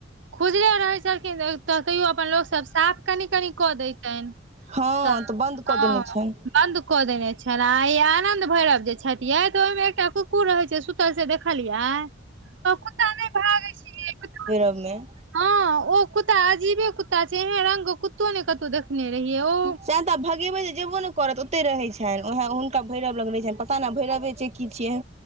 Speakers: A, on the right; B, on the right.
A: खुजले रहै छलखिन तऽ तऽ तैयो अपन लोकसभ साफ कनि-कनि कऽ दैयतैन
B: हँ
A: तऽ
B: बन्द
A: हँ।
B: कऽ देने छनि
A: बन्द कऽ देने छला आ ई आनंद भैरव जे छथिये तऽ ओयमे एकटा कुकुर रहै छै सूतल से दे खलियै कऽ कुत्ता नैय भागै छै यै कुत्ता
B: <unintelligible> में
A: हँ ओ कुत्ता अजीबे कुत्ता छै एह रंग कुत्तो नै कतौउ दे खने रहिए ओ
B: जै तऽ भगेबै नै जेब्बो नै करत ओ ते रहै छैन ओहै हुनका भैरव लग रहै छैन पता नै भैरवे छै की छियै।